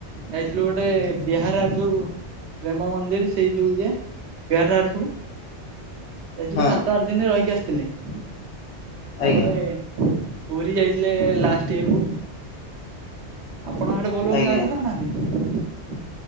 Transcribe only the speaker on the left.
ହଁ
ଆଜ୍ଞା।
ଆଜ୍ଞା